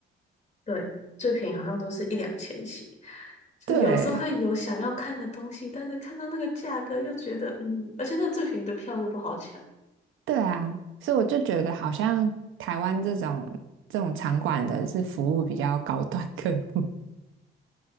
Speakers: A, on the left; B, on the right.
A: 对，最便宜好像都是一两千起，就是有时候会有想要看的东西，
B: 对，
A: 但是看到那个价格又觉得，嗯，而且那最便宜的票又不好抢，
B: 对啊，所以我就觉得好像台湾这种这种场馆的是服务比较高端客户，